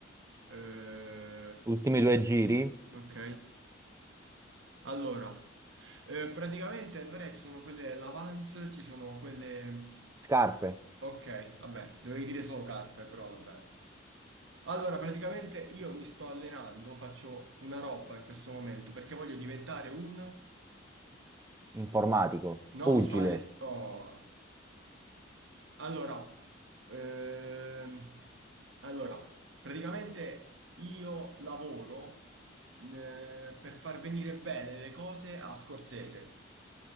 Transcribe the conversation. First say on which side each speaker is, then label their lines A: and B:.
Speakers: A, on the right; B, on the right.
A: Eh,
B: Ultimi due giri.
A: ok. Allora, eh, praticamente allora, ci sono quelle Lavance, ci sono quelle...
B: Scarpe,
A: Ok, vabbè, dovevi dire solo carpe, però vabbè. Allora, praticamente io mi sto allenando, faccio una roba in questo momento perché voglio diventare un...
B: informatico,
A: No,
B: pugile,
A: mi sto allenando... Allora, ehm, allora, praticamente io lavoro eh, per far venire bene le cose a Scorsese,